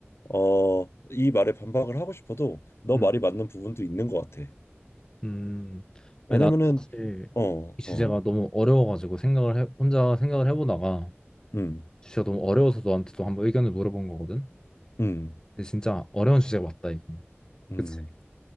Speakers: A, on the left; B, on the left.
A: 어, 이 말에 반박을 하고 싶어도 너
B: 음.
A: 말이 맞는 부분도 있는 것 같아.
B: 음, 아니
A: 왜냐면은
B: 나도 사실
A: 어,
B: 이 주제가
A: 어,
B: 너무 어려워가지고 생각을 해, 혼자 생각을 해보다가
A: 음,
B: 주제가 너무 어려워서 너한테도 한번 의견을 물어본 거거든.
A: 음,
B: 근데 진짜 어려운 주제 가 맞다 이거.
A: 음.
B: 그치?